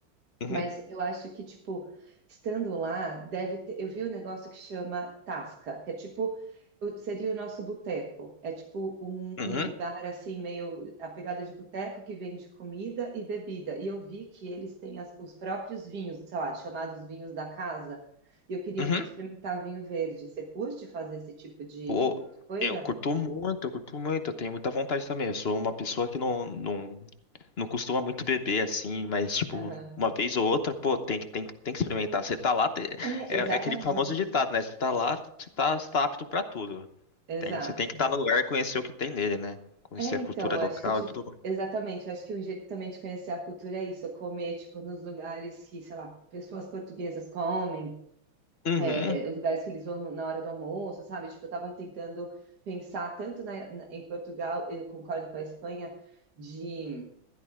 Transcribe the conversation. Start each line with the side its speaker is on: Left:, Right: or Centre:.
Left: Uhum,
Right: Mas eu acho que, tipo, estando lá, deve ter. Eu vi um negócio que chama Tasca, que é tipo. o- Seria o nosso boteco. É tipo um,
Left: uhum,
Right: um lugar assim, meio a pegada de boteco que vende comida e bebida. E eu vi que eles têm as- os próprios vinhos, sei lá, chamados vinhos da casa. E eu queria
Left: uhum.
Right: muito experimentar vinho verde. Você curte fazer esse tipo de,
Left: Pô,
Right: de coisa?
Left: eu curto muito, eu curto muito, eu tenho muita vontade também. Eu sou uma pessoa que não, não, não costuma muito beber assim, mas tipo,
Right: Aham.
Left: uma vez ou outra, pô, tem que, tem que, tem que experimentar. Você tá lá, te-
Right: É,
Left: é,
Right: exatamente.
Left: é aquele famoso ditado, né? Você tá lá, você tá, você tá apto pra tudo.
Right: Exato.
Left: Tem, você tem que estar no lugar e conhecer o que tem nele, né? Conhecer
Right: É, então,
Left: a cultura
Right: eu
Left: local
Right: acho que, tipo,
Left: e tudo mais.
Right: exatamente, eu acho que um jeito também de conhecer a cultura é isso, comer, tipo, nos lugares que, sei lá, pessoas portuguesas comem,
Left: Uhum,
Right: é, os lugares que eles vão no- na hora do almoço, sabe? Tipo, eu tava tentando pensar tanto na, na- em Portugal, eu concordo com a Espanha, de,